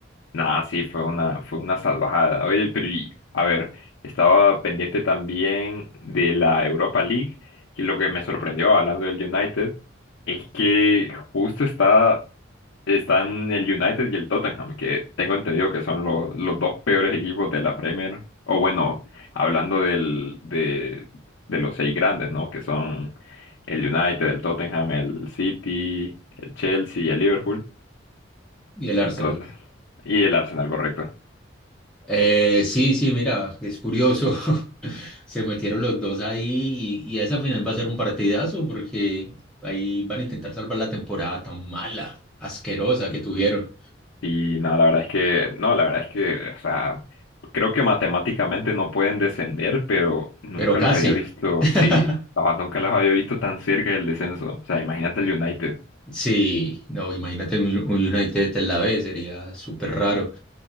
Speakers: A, on the left; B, in the centre.
A: nada, sí, fue una, fue una salvajada. Oye, pero y- a ver, estaba pendiente también de la Europa League, y lo que me sorprendió hablando del United es que justo está Están el United y el Tottenham, que tengo entendido que son lo- los dos peores equipos de la Premier. O bueno, hablando del, de, de los seis grandes, ¿no? Que son el United, el Tottenham, el City, el Chelsea y el Liverpool.
B: y al
A: Entonces,
B: Arsenal.
A: y el Arsenal, correcto.
B: Eh, sí, sí, mira, es curioso. <laughs> Se metieron los dos ahí y, y esa final va a ser un partidazo porque ahí van a intentar salvar la temporada tan mala, asquerosa
A: Y,
B: que tuvieron,
A: y no, la verdad es que, no, la verdad es que, o sea, creo que matemáticamente no pueden descender, pero nunca
B: pero casi.
A: los había visto,
B: <laughs>
A: sí, o sea, nunca los había visto tan cerca del descenso. O sea, imagínate el United.
B: Sí, no, imagínate un un United en la B, sería súper raro,